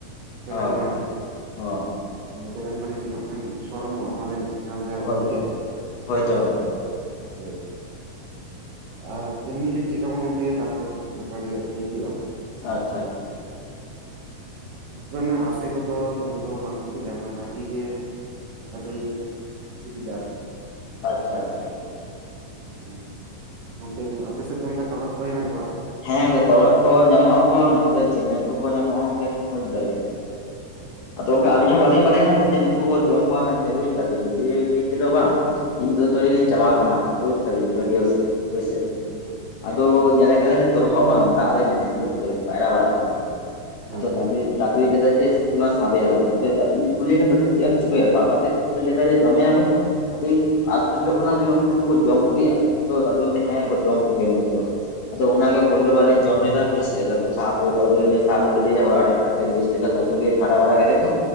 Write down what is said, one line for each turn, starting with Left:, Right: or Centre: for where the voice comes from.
Right: ᱵᱮᱨᱮᱞ
Left: ᱚ,
Right: ᱢᱟᱹᱨᱤᱪ
Left: ᱦᱚ᱾
Right: ᱢᱟᱱᱮ ᱵᱮᱨᱮᱞ ᱢᱟᱹᱨᱤᱪ ᱮᱢᱟᱜ ᱠᱷᱟᱱ ᱥᱚᱲᱚᱢᱚᱜᱼᱟ ᱵᱷᱟᱞᱮ ᱡᱷᱟᱞ-ᱡᱷᱟᱞ
Left: ᱦᱳᱭᱛᱚ
Right: ᱵᱩᱡᱷᱟᱹᱜᱼᱟ᱾
Left: ᱦᱳᱭᱛᱚ ᱜᱚᱝᱠᱮ
Right: <unintelligible> ᱟᱨ ᱮᱢᱱᱤ ᱡᱤᱞ ᱪᱮᱠᱟ ᱵᱚᱱ ᱩᱛᱩᱭᱟ ᱛᱟᱨᱯᱚᱨ ᱚᱱᱠᱟ ᱜᱮ ᱩᱛᱩᱭ ᱦᱩᱭᱩᱜᱼᱟ᱾
Left: ᱟᱪᱪᱷᱟ, ᱟᱪᱪᱷᱟ᱾
Right: ᱫᱚᱢᱮ ᱨᱟᱥᱮ ᱠᱚᱫᱚ ᱫᱚᱢᱮ ᱫᱚ ᱵᱟᱝ ᱥᱤᱵᱤᱞᱟ ᱚᱱᱟ ᱵᱷᱟᱡᱤ ᱜᱮ ᱟᱹᱰᱤ ᱥᱤᱵᱤᱞᱟ ᱟᱨ ᱠᱤ᱾
Left: ᱟᱪᱪᱷᱟ, ᱟᱪᱪᱷᱟ᱾
Right: <unintelligible> ᱟᱯᱮ ᱥᱮᱫ ᱫᱚ ᱚᱱᱠᱟ ᱛᱚᱨᱦᱚᱫ ᱠᱚ ᱦᱮᱱᱟᱜ ᱠᱚᱣᱟ ᱥᱮ ᱵᱟᱝ?
Left: ᱦᱮᱸ <unintelligible> ᱠᱚ ᱧᱟᱢᱚᱜᱼᱟ ᱠᱚ, ᱱᱚᱛᱮ ᱪᱮᱢᱮᱧ ᱠᱚᱠᱚ ᱧᱟᱢᱚᱜᱼᱟ ᱵᱩᱡ ᱫᱟᱵᱤᱱ᱾ ᱟᱫᱚ ᱜᱚᱝᱠᱮ
Right: ᱟᱪᱪᱷᱟ
Left: ᱟᱹᱞᱤᱧ ᱦᱚᱸ ᱵᱟᱞᱤᱧ ᱵᱟᱰᱟᱭ ᱠᱟᱱ ᱛᱟᱦᱮᱸᱫ ᱡᱮ ᱱᱩᱠᱩ ᱦᱚᱸ ᱡᱚᱢ ᱠᱚᱣᱟ ᱢᱮᱱᱛᱮ ᱵᱩᱡ ᱛᱟᱵᱤᱱ ᱫᱤᱭᱮ <unintelligible> ᱵᱟᱝ ᱤᱧ <unintelligible> ᱪᱟᱞᱟᱣ ᱟᱠᱟᱱᱟ ᱵᱩᱡ ᱫᱟᱵᱤᱱ ᱜᱟᱹᱰᱭᱟᱹ ᱥᱮᱡ ᱦᱳᱭ ᱥᱮ᱾
Right: ᱦᱩᱸ, ᱦᱩᱸ᱾
Left: ᱟᱫᱚ ᱧᱮᱞᱮ ᱛᱚᱨᱦᱚᱜ ᱵᱟᱝ ᱫᱟᱜ ᱨᱮ ᱢᱮᱱᱟᱹᱭᱟ ᱵᱩᱡ ᱫᱟ-ᱵᱤᱱ ᱯᱟᱭᱨᱟ ᱵᱟᱲᱟᱜ ᱠᱟᱱᱟᱭ,
Right: ᱦᱮᱸ
Left: ᱟᱫᱚ <unintelligible> <unintelligible> ᱥᱟᱵᱮᱭᱟ-ᱞᱟᱝ ᱟᱫᱚ <unintelligible> ᱪᱮᱫ ᱮᱢ ᱪᱤᱠᱟᱹᱭᱟ ᱥᱟᱵ <unintelligible> ᱡᱚᱢᱮᱭᱟ-ᱵᱚᱱ᱾ ᱟᱫᱚᱧ ᱟᱥᱪᱚᱨᱡᱚ ᱠᱟᱱᱟ ᱡᱮ ᱩᱱᱠᱩ ᱡᱚᱢ ᱠᱚᱜᱮᱭᱟ <unintelligible> ᱦᱮᱸ
Right: ᱦᱳᱭ
Left: ᱠᱚ ᱡᱚᱢ
Right: ᱟᱪᱪᱷᱟ
Left: ᱠᱚᱜᱮᱭᱟ ᱱᱩᱠᱩ ᱫᱚ ᱟᱫᱚ ᱚᱱᱟ ᱜᱮ ᱯᱳᱭᱞᱳ ᱵᱟᱨ ᱞᱤᱧ ᱡᱚᱢ ᱞᱮᱫᱟ᱾ <unintelligible> ᱥᱟᱵ ᱟᱜᱩ ᱞᱮᱫᱤᱭᱟ ᱚᱲᱟᱜ ᱨᱮ ᱵᱮᱥ <unintelligible> ᱪᱷᱟᱰᱟ ᱵᱟᱲᱟ ᱠᱮᱫᱮ ᱠᱷᱟᱱ